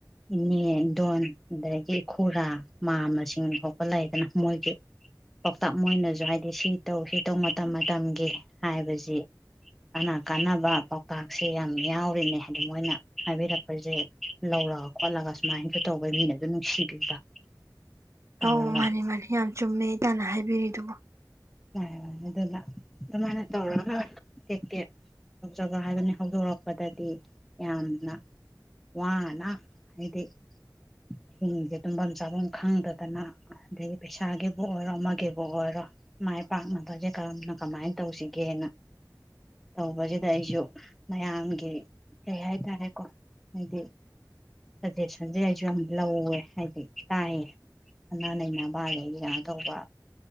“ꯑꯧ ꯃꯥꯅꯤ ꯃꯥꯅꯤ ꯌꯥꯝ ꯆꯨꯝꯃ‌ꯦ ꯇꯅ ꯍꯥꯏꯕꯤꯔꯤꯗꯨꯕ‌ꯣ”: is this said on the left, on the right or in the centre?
Right